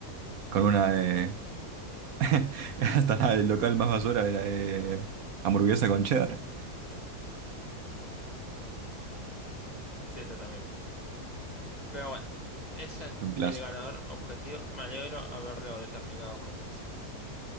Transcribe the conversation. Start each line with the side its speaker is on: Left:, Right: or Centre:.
Right: Con una de. <laughs> Hasta la del local más basura era de hamburguesa con cheddar.
Left: Sí, exactamente Pero bueno, ese es
Right: <laughs> Un clásico.
Left: el ganador objetivo. Me alegro haberlo determinado con vos.